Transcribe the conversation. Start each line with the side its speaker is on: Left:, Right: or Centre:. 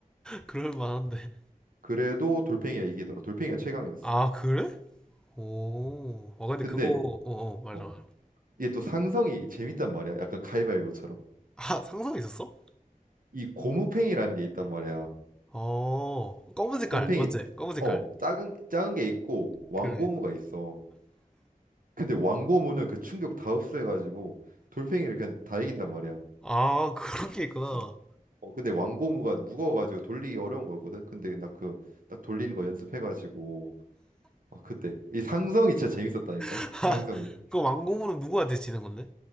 Centre: <laughs> 그럴 만한데.
Right: 그래도 돌팽이가 이기더라. 돌팽이가 최강이었어.
Centre: 아, 그래? 오, 아 근데
Right: 근데
Centre: 그거, 어, 어, 맞아.
Right: 어, 이게 또 상성이 재밌단 말이야. 약간 가위바위보처럼.
Centre: 아, 상상이 있었어?
Right: 이 고무팽이라는 게 있단 말이야.
Centre: 어, 검은 색깔,
Right: 고무팽이
Centre: 맞지? 검은 색깔.
Right: 어, 작은 작은 게 있고 왕고무가
Centre: 그래.
Right: 있어. 근데 왕고무는 그 충격 다 흡수해가지고 돌팽이를 그냥 다 이긴단 말이야.
Centre: 아, <laughs> 그런 게 있구나.
Right: 어, 어 근데 왕고무가 무거워가지고 돌리기 어려운 거였거든. 근데 나 그 딱 돌리는 거 연습해가지고 아 그때 이 상성이 진짜 재밌었다니까.
Centre: <laughs>
Right: 상성이
Centre: 그 왕공으로 누구한테 지는 건데?